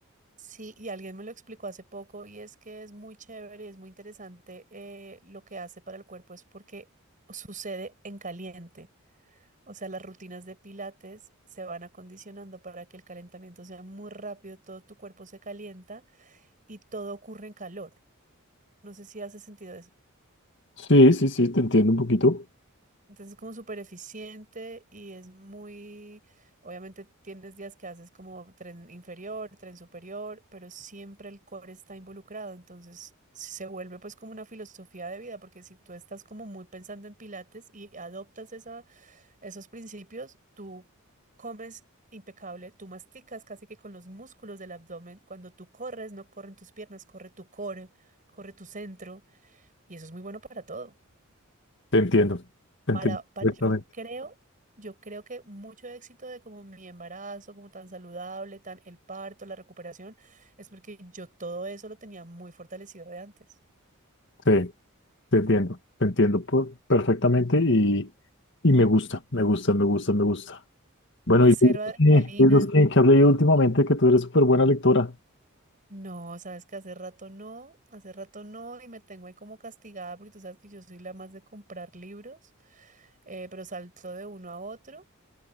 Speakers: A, on the right; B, on the left.
A: Sí, y alguien me lo explicó hace poco y es que es muy chévere, es muy interesante eh, lo que hace para el cuerpo, es porque sucede en caliente. O sea, las rutinas de pilates se van acondicionando para que el calentamiento sea muy rápido, todo tu cuerpo se calienta y todo ocurre en calor. No sé si hace sentido eso.
B: Sí, sí, sí, te entiendo un poquito.
A: Entonces es como súper eficiente y es muy, obviamente tienes días que haces como tren inferior, tren superior, pero siempre el core está involucrado. Entonces sí se vuelve pues como una filosofía de vida, porque si tú estás como muy pensando en pilates y adoptas esa, esos principios, tú comes impecable, tú masticas casi que con los músculos del abdomen. Cuando tú corres, no corren tus piernas, corre tu core, corre tu centro y eso es muy bueno para todo.
B: Te entiendo. Te
A: Para,
B: entiendo
A: para,
B: perfectamente.
A: yo creo, yo creo que mucho éxito de como mi embarazo, como tan saludable, tan el parto, la recuperación, es porque yo todo eso lo tenía muy fortalecido de antes.
B: Sí, te entiendo. Te entiendo por- perfectamente y, y me gusta, me gusta, me gusta, me gusta. Bueno,
A: Es
B: y
A: cero
B: libros
A: adrenalina.
B: que, libros que, que has leído últimamente que tú eres súper buena lectora.
A: No, sabes que hace rato no, hace rato no, y me tengo ahí como castigada porque tú sabes que yo soy la más de comprar libros, eh, pero salto de uno a otro.